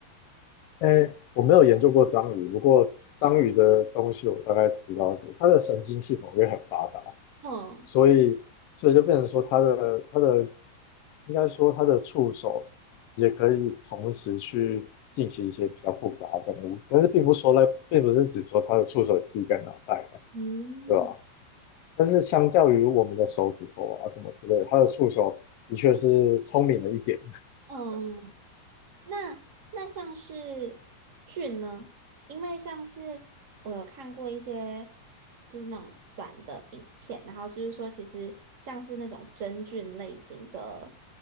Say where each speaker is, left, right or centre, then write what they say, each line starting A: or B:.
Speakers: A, on the left; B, on the right.
A: 哎，我没有研究过章鱼，不过章鱼的东西我大概知道一点，它的神经系统也很发达，
B: 嗯
A: 所以所以就变成说它的它的应该说它的触手也可以同时去进行一些比较复杂的任务，但是并不说呢，并不是指说它的触手也是一个脑袋，
B: 嗯
A: 对吧？但是相较于我们的手指头啊什么之类的，它的触手的确是聪明了一点。
B: 嗯，那那像是菌呢？因为像是我有看过一些就是那种短的影片，然后就是说，其实像是那种真菌类型的